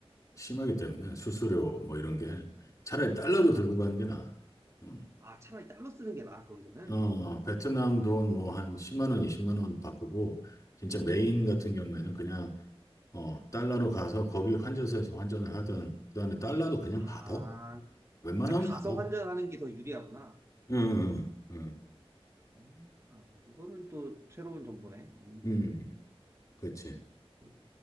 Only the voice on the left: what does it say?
심하기 때문에 수수료 뭐 이런 게
차라리 달러로 들고 가는 게 나아. 음.
어, 베트남 돈 뭐 한 10만 원, 20만 원 바꾸고, 진짜 메인 같은
경우에는 그냥 어, 달러로 가서 거기 환전소에서 환전을 하든, 그 다음에 달러도 그냥
받아. 웬만하면
받아.
응, 응, 응,
응, 응. 그렇지.